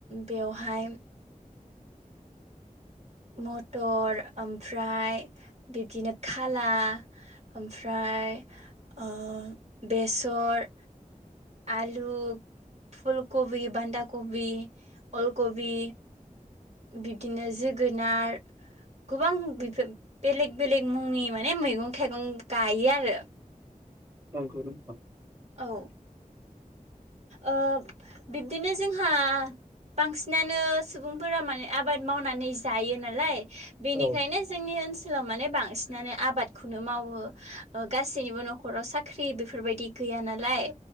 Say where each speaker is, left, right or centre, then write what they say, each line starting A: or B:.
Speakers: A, on the right; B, on the right.
A: बेवहाय मटर ओमफ्राय बिबदिनो खाला ओमफ्रा- य ओ बेसर आलु फुलकबि, बान्धाकबि, अलकबि बिदिनो जोगोनार गोबां बेफोर बेलेग बेलेग मुंनि माने मैगं-थाइगं गायो आरो
B: नंगौ नोंथां
A: औ ओ बिबदिनो जोंहा बांसिनानो सुबुंफोरा माने आबाद मावनानै जायो नालाय बेनिखायनो
B: औ
A: जोंनि ओन सोलाव माने बांसिनानो आबादखौनो मावो ओ गासैनिबो न'खराव साख्रि बेफोरबायदि गैया नालाय